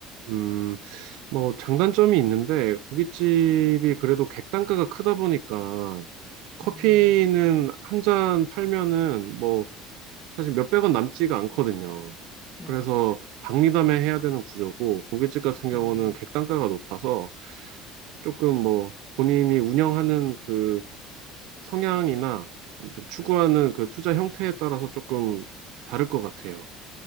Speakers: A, on the right; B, on the left.
A: 음, 뭐, 장단점이 있는데, 고깃집이 그래도 객단가가 크다 보니까, 커피는
B: 음,
A: 한 잔 팔면은, 뭐, 사실 몇백 원 남지가 않거든요.
B: 네.
A: 그래서, 박리담에 해야 되는 구조고, 고깃집 같은 경우는
B: 음,
A: 객단가가 높아서, 조금 뭐, 본인이 운영하는 그 성향이나 좀 추구하는 그 투자 형태에 따라서 조금 다를 것 같아요.